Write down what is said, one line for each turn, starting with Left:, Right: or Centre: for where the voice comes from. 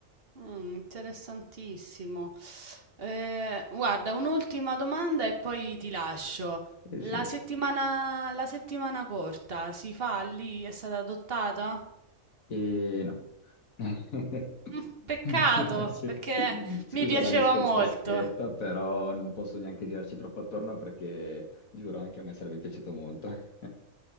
Right: Mh, interessantissimo. Ehm, guarda, un'ultima domanda e poi ti lascio.
Left: Sì,
Right: La
Left: sì.
Right: settimana la settimana corta si fa lì? È stata adottata?
Left: E no. <laughs>
Right: Mh, peccato,
Left: Sì.
Right: perché
Left: Scusa
Right: mi piaceva
Left: la risposta
Right: molto.
Left: schietta, però non posso neanche girarci troppo attorno perché giuro anche a me sarebbe piaciuto molto. <laughs>